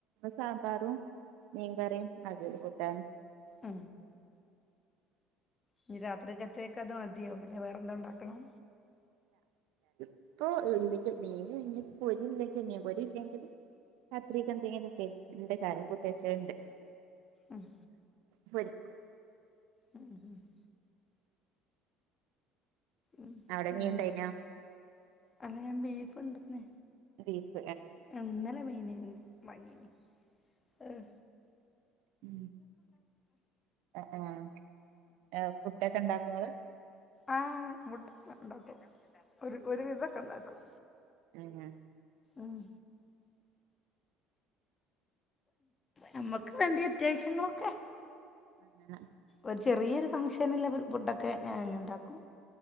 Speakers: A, on the right (about 65°); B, on the left (about 30°).
A: സാമ്പാറും മീൻകറിയും ആിയ ഒരു കൂട്ടാണ്
B: ആഹ ഇനി രാത്രിക്കത്തക്കെ അത് മതിയോ പിന്നെവേറെന്താ ഉണ്ടാക്കണം.
A: ഇപ്പൊ ഇല്ലെങ്ക മീൻ ഇനി പോരി ഇല്ലെങ്കിൽ നീൻ പോരി ഇല്ലെങ്കില്.. രാത്രിക്ക് എന്തെങ്കിലും ഒക്കെ ഉണ്ട് കായം കൂട്ടിവെച്ചത് ഉണ്ട്.
B: ഉം <unintelligible>
A: പൊരി ക്കും
B: ഉം ഉ <unintelligible> ഉം
A: അവിടെ
B: പിന്നെ
A: നീ ഉണ്ടൈനോ
B: അല്ല ഞാൻ ബീഫ് ഇണ്ടന്നെ.
A: അത
B: ന്നല്ലെ മീന ഭങ്ങീന് ഏ
A: ഉ ആഹ ആഹ അഫുഡ് ഒക്കെ ഇണ്ടാക്കങ്ങള്.
B: ആഹ മുട്ടക്ക ഉണ്ടാക്കും ഒരു ഒരുവിധൊക്കെ ഉണ്ടാക്കും
A: ഉം <unintelligible>
B: ഉം നമ്മക്ക് വേണ്ടി അത്യാവശ്യങ്ങളൊക്കെ
A: അങ്ങനെ
B: ഒരു ചെറിയൊരു ഫംഷ നിലെ ഫുഡൊക്കെ ഞാൻന്നെ ഉണ്ടാക്കും.